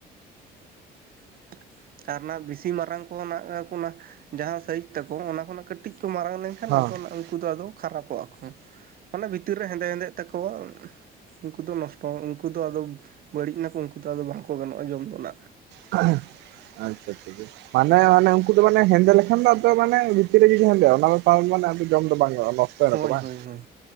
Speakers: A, on the right; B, on the right.
A: ᱾ ᱟᱨ ᱱᱟᱜ ᱵᱤ ᱥᱤ ᱢᱟᱨᱟᱝ ᱠᱚᱦᱚᱸ ᱱᱟᱜ ᱚᱱᱟ ᱠᱚ ᱚᱱᱟ ᱡᱟᱦᱟᱸ ᱥᱟᱹᱭᱤᱡ ᱛᱟᱠᱚ ᱚᱱᱟ ᱠᱷᱚᱱᱟᱜ ᱠᱟᱹᱴᱤᱡ ᱠᱚ ᱢᱟᱨᱟᱝ ᱞᱮᱱᱠᱷ ᱟᱱ
B: ᱦᱮᱸ
A: ᱟᱫᱚ ᱩᱱᱠᱩ ᱫᱚ ᱟᱫᱚ ᱠᱷᱟᱨᱟᱯᱚᱜ ᱟᱠᱚ ᱾ ᱢᱟᱱᱮ ᱵᱷᱤᱛᱤᱨ ᱨᱮ ᱦᱮᱸᱫᱮ ᱦᱮᱸᱫᱮ ᱛᱟᱠᱚᱣᱟ ᱩᱱᱠᱩ ᱫᱚ ᱱᱚᱥᱴᱚᱜ ᱾ ᱩᱱᱠᱩ ᱫᱚ ᱟᱫᱚ ᱵᱟᱹᱲᱤᱡ ᱮᱱᱟᱠᱚ ᱾ ᱩᱱᱠᱩ ᱫᱚ ᱟᱫᱚ ᱵᱟᱝᱠᱚ ᱜᱟᱱᱚᱜᱼᱟ ᱡᱚᱢ ᱫᱚᱱᱟᱜ᱾
B: ᱟᱪᱪᱷᱟ ᱟᱪᱪᱷᱟ, ᱢᱟᱱᱮ ᱢᱟᱱᱮ ᱩᱱᱠᱩ ᱫᱚ ᱢᱟᱱᱮ ᱦᱮᱸᱫᱮ ᱞᱮᱠᱷᱟᱱ ᱫᱚ ᱢᱟᱱᱮ ᱵᱷᱤᱛᱤᱨ ᱨᱮᱜᱮ ᱦᱮᱸᱫᱮᱜᱼᱟ ᱚᱱᱟ ᱫᱚ ᱢᱟᱱᱮ ᱡᱚᱢ ᱫᱚ ᱵᱟᱝ ᱜᱟᱱᱼᱟ ᱱᱚᱥᱴ
A: ᱦᱳᱭ
B: ᱟᱠᱚ ᱵᱟᱝ,
A: ᱦᱳᱭ ᱦᱳᱭ